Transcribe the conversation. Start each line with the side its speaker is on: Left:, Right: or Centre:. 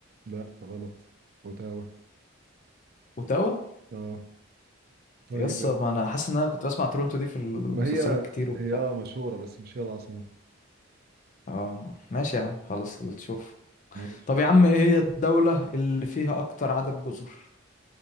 Right: لا غلط اوتاوا
Left: اوتاوا
Right: اه طيب
Left: يس
Right: يلا
Left: ما انا حاسس ان انا كنت بسمع تورونتو دي في المسلسلات
Right: ما هي
Left: كتير وبتاع
Right: هي آه مشهورة بس مش هي العاصمة
Left: اه ماشي يا عم خلاص اللي تشوف
Right: ماشي
Left: طب يا عم ايه هي الدولة اللي فيها اكتر عدد جزر